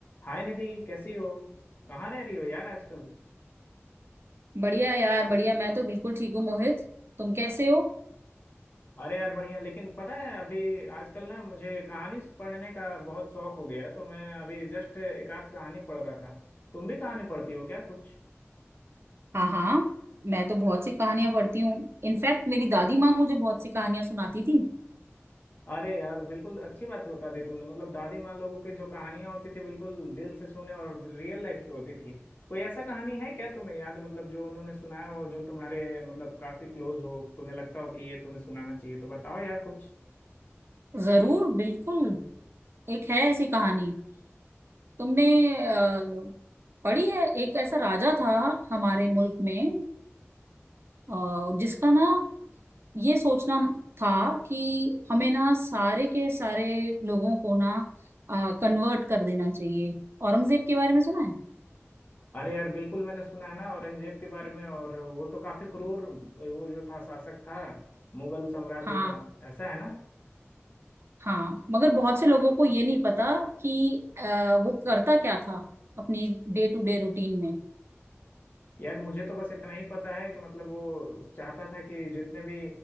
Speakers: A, on the left; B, on the right.
A: हाय निधि कैसी हो कहाँ रह रही हो यार आजकल
B: बढ़िया यार बढ़िया मैं तो बिल्कुल ठीक हूँ मोहित तुम कैसे हो
A: अरे यार बढ़िया लेकिन पता है अभी आजकल ना मुझे कहानी पढ़ने का बहुत शौक हो गया है तो मैं अभी जस्ट एक आध कहानी पढ़ रहा था तुम भी कहानी पढ़ती हो क्या कुछ
B: हाँ हाँ मैं तो बहुत सी कहानियां पढ़ती हूँ इनफैक्ट मेरी दादी माँ मुझे बहुत सी कहानियां सुनाती थी
A: अरे यार बिल्कुल अच्छी बात बता दी तुमने मतलब दादी माँ लोगों की जो कहानियां होती थी बिल्कुल दिल से छूने और रियल लाइफ पे होती थी कोई ऐसा कहानी है क्या तुम्हें याद मतलब जो उन्होंने सुनाया हो जो तुम्हारे मतलब काफी क्लोज हो तुम्हें लगता हो कि ये तुम्हें सुनाना चाहिए तो बताओ यार कुछ
B: जरूर बिल्कुल एक है ऐसी कहानी तुमने अ, पढ़ी है एक ऐसा राजा था हमारे मुल्क में अ, जिसका ना ये सोचना था कि हमें ना सारे के सारे लोगों को ना कन्वर्ट कर देना चाहिए औरंगजेब के बारे में सुना है
A: अरे यार बिल्कुल मैंने सुना है ना औरंगजेब के बारे में और वो तो काफी क्रूर वो जो था शासक था मुगल साम्राज्य
B: हाँ
A: का ऐसा है ना
B: हाँ मगर बहुत से लोगों को ये नहीं पता कि अ, वो करता क्या था अपनी डे टू डे रूटीन में
A: यार मुझे तो बस इतना ही पता है कि मतलब वो चाहता था कि जितने भी